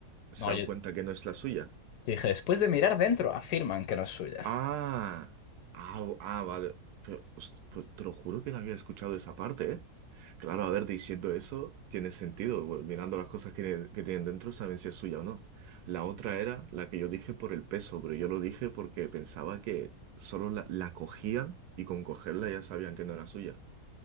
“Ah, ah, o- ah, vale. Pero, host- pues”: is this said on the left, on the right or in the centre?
Right